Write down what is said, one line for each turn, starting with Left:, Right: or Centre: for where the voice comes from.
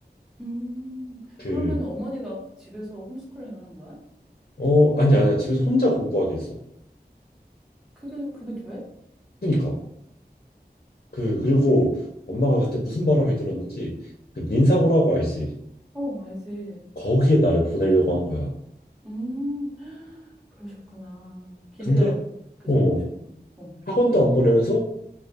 Centre: 음,
Left: 그,
Centre: 그러면 어머니가 집에서 홈스쿨링을 한 거야?
Left: 어, 아니야, 아니야. 집에서 혼자 공부하게 했어.
Centre: 그게, 그게 돼?
Left: 그니까. 그, 그리고 엄마가 그때 무슨 바람이 들었는지 그 민사고라고 알지?
Centre: 어, 알지.
Left: 거기에 나를 보내려고 한 거야.
Centre: 음, 그러셨구나. 기대가
Left: 근데,
Centre: 그
Left: 어,
Centre: 정도셨구나. 어.
Left: 학원도 안 보내면서